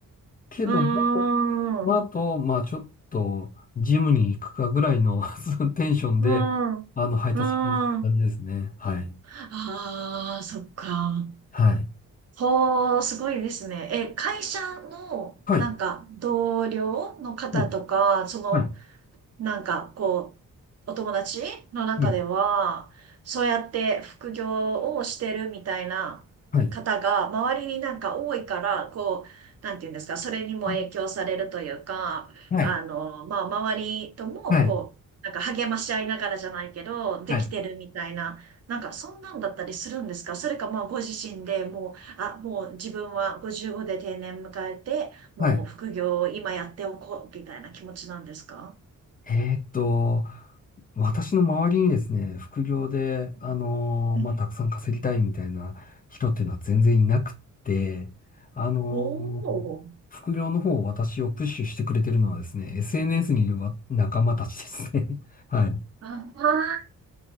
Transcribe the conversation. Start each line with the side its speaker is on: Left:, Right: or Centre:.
Left: けども、
Right: うーん。
Left: まあ、
Right: う
Left: あと、まあ、ちょっと、ジムに行くかぐらいの <laughs> テンションで、
Right: ーん。う
Left: あの、配達に行く感じですね。
Right: ーん。
Left: はい。
Right: ああ、そっか。
Left: はい。
Right: ほー、すごいですね。え、会社の、
Left: はい。
Right: なんか、同僚の方とか、
Left: うん、
Right: その、
Left: はい、
Right: なんか、こう、お友達の中では、
Left: うん、
Right: そうやって副業をしてるみたいな方が、
Left: はい、
Right: 周りになんか多いから、こう、なんていうんですか、それにも影響されるというか、
Left: あはい、
Right: あの、まあ、周りとも、
Left: はい、
Right: こう、なんか励まし合いながらじゃないけど、できてるみたいな、
Left: はい、
Right: なんかそんなんだったりするんですかそれかまあご自身でもう、あ、もう自分は55で定年迎えて、もう副業を今やっておこうみたいな気持ちなんですか
Left: はい。えーっと、私の周りにですね、副業で、
Right: うん
Left: あのーまあ、
Right: うん。
Left: たくさん稼ぎたいみたいな人っていうのは全然いなくって、あの
Right: おお。
Left: ー副業の方を私をプッシュしてくれてるのはですね、SNS にいるわ仲間たちですね。<laughs> はい。
Right: ああ、